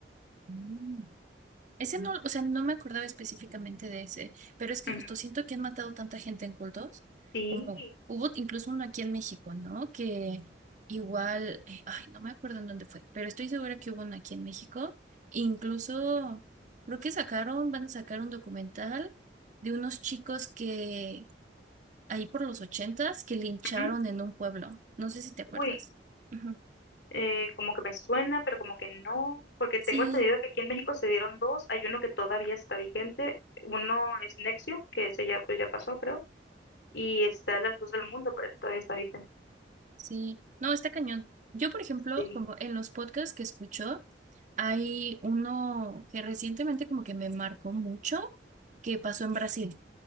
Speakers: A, on the right; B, on the left.
A: Ujú. Ese no, o sea, no me acordaba específicamente de ese, pero es que
B: Ujú.
A: justo siento que han matado tanta gente en cultos,
B: Sí.
A: como hubo incluso uno aquí en México, ¿no? Que igual, eh, ay, no me acuerdo en dónde fue, pero estoy segura que hubo uno aquí en México. Incluso creo que sacaron, van a sacar un documental de unos chicos que ahí por los ochentas que lincharon
B: ujú.
A: en un pueblo. No sé si te acuerdas.
B: Uy.
A: Ujú.
B: eh, como que me suena, pero como que no, porque tengo
A: Sí.
B: entendido que aquí en México se dieron dos, hay uno que todavía está vigente, uno es Nexium, que ese ya pues ya pasó, creo, y está La Luz del Mundo, pero ese todavía está vigente.
A: Sí, no, está cañón. Yo, por ejemplo,
B: Sí,
A: como en los podcasts que escucho, hay uno que recientemente como que me marcó mucho, que pasó en Brasil.